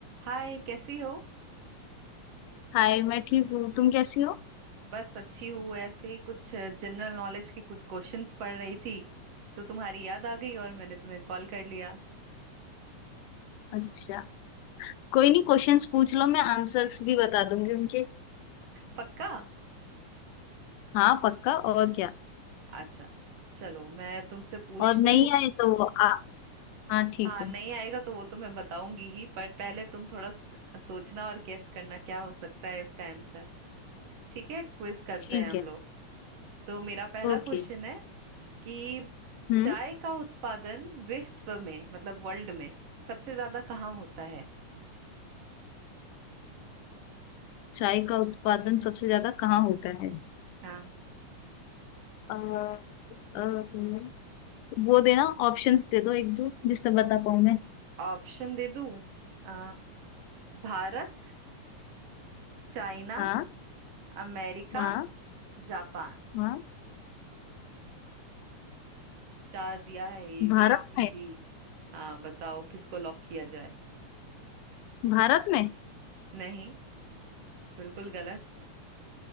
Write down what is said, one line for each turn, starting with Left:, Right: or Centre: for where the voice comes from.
Right: हाय कैसी हो
Left: हाय मैं ठीक हूँ तुम कैसी हो
Right: बस अच्छी हूँ ऐसे ही कुछ जनरल नॉलेज के कुछ क्वेश्चंस पढ़ रही थी तो तुम्हारी याद आ गई और मैंने तुम्हें कॉल कर लिया
Left: अच्छा कोई नहीं क्वेश्चंस पूछ लो मैं आंसर्स भी बता दूंगी उनके
Right: पक्का
Left: हाँ पक्का और क्या
Right: अच्छा चलो मैं तुमसे पूछती
Left: और नहीं
Right: हूँ
Left: आए तो वो आ हाँ ठीक
Right: हाँ
Left: है
Right: नहीं आएगा तो वो तो मैं बताऊंगी ही पर पहले तुम थोड़ा स- सोचना और गेस करना क्या हो सकता है इसका आंसर ठीक है क्विज करते
Left: ठीक
Right: हैं हम
Left: है
Right: लोग तो मेरा पहला
Left: ओके
Right: क्वेश्चन है कि
Left: हम्म
Right: चाय का उत्पादन विश्व में मतलब वर्ल्ड में सबसे ज्यादा कहाँ होता है
Left: चाय का उत्पादन सबसे ज्यादा कहाँ होता है
Right: हाँ
Left: अ, अ, हम्म, वो देना ऑप्शंस दे दो एक दो जिससे बता पाऊँ मैं
Right: ऑप्शन दे दूं अ, भारत चाइना
Left: हाँ
Right: अमेरिका
Left: हाँ
Right: जापान
Left: हाँ
Right: चार दिया है ए
Left: भारत
Right: बी सी
Left: में
Right: डी हाँ बताओ किसको लॉक किया जाए
Left: भारत में
Right: नहीं बिल्कुल गलत